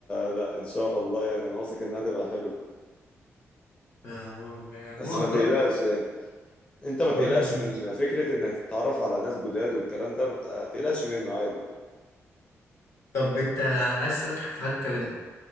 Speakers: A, on the left (about 20°); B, on the left (about 75°).
A: لا ان شاء الله يعني انا واثق انها تبقى حلوه
B: ف- آه، يعني
A: بس
B: ما
A: ما
B: هجرب
A: تقلقش يعني انت ما تقلقش
B: هجرب ماشي.
A: من فكره انك تتعرف على ناس جداد والكلام ده ما تقلقش منه عادي
B: طب انت عايز اسالك في حاجه كمان